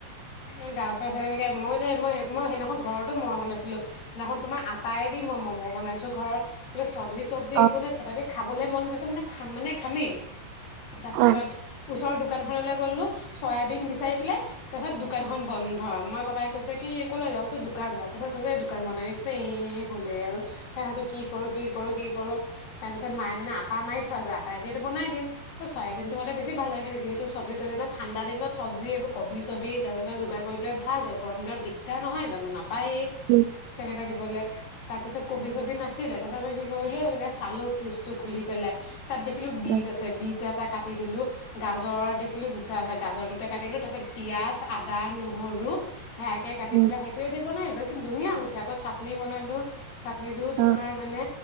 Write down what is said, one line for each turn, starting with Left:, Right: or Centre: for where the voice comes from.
Left: এ গাওৰনেকে মই যে মই মই সেইদিনাখন ঘৰতো ম'ম' বনাইছিলো সেইদিনাখন তোমাৰ আটাইেদি মই ম'ম' বনাইছো ঘৰত কি চব্জি তবজি
Right: অ
Left: একো নে পটককে খাবলে মন গৈছে মানে খাম মানে খামেই তাৰ পিছত
Right: অ
Left: ওচৰ দোকান খন লে গ'ল ন চয়াইবিন বিচাৰি পেলায় তাৰপাছত দো দোকানখন বন্ধ মই পাপাই কৈছে কি কলে যাওঁ পি দোকান যা তাৰপছত কৈছে দোকান বনাই এই হ'লে আৰু তাৰ পিছ কি কৰো কি কৰো কি কৰো তাৰপিছত মায়ে মে আটা মাৰি থোৱা আছে আটাই দটো বনাই দিম ত চয়াবিনটো হোৱাতে বেছি ভাল লাগিলে যিহেতু চব্জিটোত ঠাণ্ডা দিনত চব্জি এইবোৰ কবি চবি গাজ চজ যোগাৰ কৰিবলে ভাল হয় গৰম দিনত দিগদাৰ নহয় জানো নাপ পায়
Right: উম
Left: তেনেকে দিবলে তাৰপিছত কবি চবি নাছিলে তাৰ পছ মই কি কৰিলো এনেকে চালো ফ্ৰিজটো খুলি পেলাই তাত দেখিলো বিদ
Right: উম
Left: আছে বিদত এটা কাটি দিলো গাজৰ দেখিলো দুটা আ গাজৰ দুটা কাটিলো তাৰ পিছত পিয়াঁজ আদা নহৰু সেয়কে কাটি
Right: উম
Left: পাই সেইটোৱ দিব নাই যে কিু ধুনীয়া হৈছে আকৌ চাটনি বনালো চাটনিটোও তোমাৰ
Right: অ
Left: মানে